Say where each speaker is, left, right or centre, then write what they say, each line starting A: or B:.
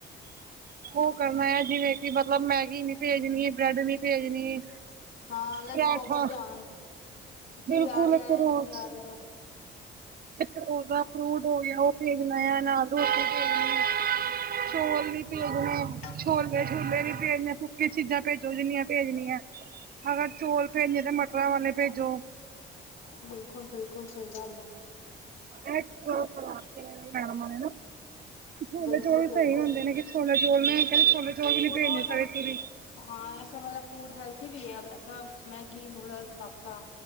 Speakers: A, on the right (about 50°); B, on the left (about 80°).
A: ਉ ਕਰਨਾ ਹੈ ਜਿਵੇਂ ਕਿ ਮਤਲਬ ਮੈਗੀ ਨੀ ਭੇਜਨੀ ਬ੍ਰੈਡ ਨੀ ਭੇਜਣੀ।
B: ਹਾਂ ਲੰਚ
A: ਪਰਾਠਾ
B: ਬੋਕਸ ਦਾ ਧਿਆਨ ਕੀ
A: ਬਿਲਕੁਲ
B: ਆ ਰਿਹਾ
A: ਇੱਕ
B: ਹੈ-
A: ਰੋਜ਼
B: ਕੀ ਆ ਰਿਹਾ।
A: ਇੱਕ ਰੋਜ਼ ਦਾ ਫਰੂਟ ਹੋ ਗਿਆ ਉ ਭੇਜਣਾ ਆ, ਨਾਲ ਰੋਟੀ ਭੇਜਣੀ ਆ। ਚੋਲ ਨੀ ਭੇਜਣੇ,
B: ਬਿਲਕੁਲ
A: ਛੋਲੇ- ਛੂਲੇ ਨੀ ਭੇਜਣੇ ਸਕ- ਕੀ ਚੀਜ਼ਾਂ ਭੇਜੋ ਜਿੰਨੀਆਂ ਭੇਜਣੀਆਂ ਅਗਰ ਚੋਲ ਭੇਜਣੇ ਤੇ ਮਟਰਾਂ ਵਾਲੇ ਭੇਜੋ।
B: ਬਿਲਕੁਲ- ਬਿਲਕੁਲ ਸਹੀ ਗੱਲ ਹੈ।
A: ਐ ਜੀਚਾ ਕਰਵਾਤਿਆ ਇਨਾ ਦੀ ਮੈਡਮਾ ਨੇ ਨਾ। ਛੋਲੇ
B: ਬਿਲਕੁਲ
A: ਚੋਲ ਵੀ ਪਏ
B: ਬਿਲਕੁਲ
A: ਹੁੰਦੇ ਨੇ ਕਿਸ ਵੇਲੇ, ਚੋਲ ਮੈਂ ਕਹਿੰਦੇ ਛੋਲੇ ਚੋਲ ਵੀ ਨੀ
B: ਹੁਣ
A: ਭੇਜਨੇ
B: ਉਹ ਨਾ
A: ਪਏ ਪੂਰੀ।
B: ਹਾਂ ਐਸਾ ਵਾਲਾ ਫੂਡ ਹੈਲਥੀ ਵੀ ਹੈ, ਐਸਾ ਮੈਗੀ, ਨੂਡਲਸ, ਪਾਸਤਾ।